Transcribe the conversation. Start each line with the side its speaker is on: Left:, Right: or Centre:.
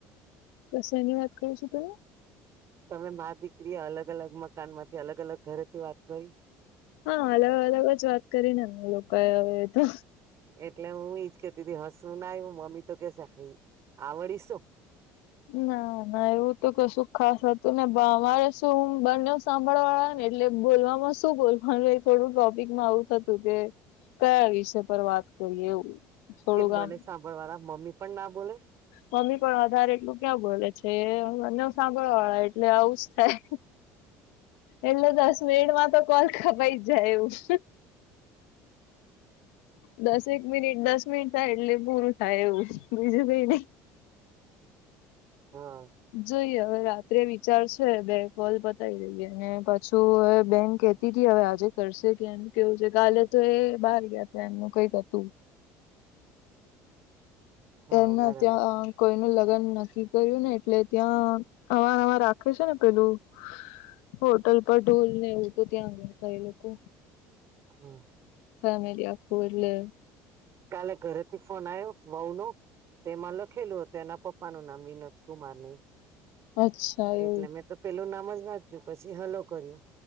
Left: કે શે ની વાત કરો છો તમે
Right: તમે મા દીકરી એ અલગ અલગ મકાન માંથી અલગ અલગ ઘરેથી વાત કરી
Left: હા અલગ અલગ જ વાત કરીને અમે લોકો અવે તો
Right: એટલે હું ઈજ કેતીતી હસવું ના આયુ મમ્મી તો કે આવડી શું
Left: ના ના એવું તું કશું ખાસ હતું ને મારે શું હું બન્યું સાંભળવા વાળા ને એટલે બોલવામાં શું બોલવાનું થોડું ટોપિકમાં આવું થતું કે કયા વિષય પર વાત કરીએ એવું થોડુંક
Right: કેમ બને
Left: આમ
Right: સાંભળવાળ મમ્મી પણ ના બોલે
Left: મમ્મી પણ વધારે એટલું ક્યાં બોલે છે બન્ને સાંભળવા વાળા એટલે આવું જ થાય એટલે દસ મિનિટમાં તો કોલ કપાઈ જાય એવું છે. દસેક મિનિટ દસ મિનિટ થાય એટલે પૂરું થાય એવું બીજું કઈ નહી.
Right: હા
Left: જોઈએ હવે રાત્રે ચાલશે બે કોલ પતાવી લઈએ ને પાછું હવે બેન કેતી હતી હવે આજે કરશે કે એ કેવું છે કાલે તો એ બહાર ગયા ત એમનું કઈક હતું
Right: હા
Left: બેન ના
Right: બરાબર
Left: ત્યાં કોઈ નું લગ્ન નક્કી કર્યું ને એટલે ત્યાં અમારામાં રાખે છે ને પેલું હોટલ પર ઢોલ ને એવું તો ત્યાં ગ્યાતા એ લોકો.
Right: હમ્મ.
Left: ફેમિલી આખુ એટલે
Right: કાલે ઘરેથી ફોન આવ્યો વહું નો તેમાં લખેલું હતું એના પપ્પા નું નામ વિનોદ કુમાર ને ઈ
Left: અચ્છા એવું
Right: એટલે મેં તો પેલું નામ જ વાંચ્યું પછી હલો કર્યો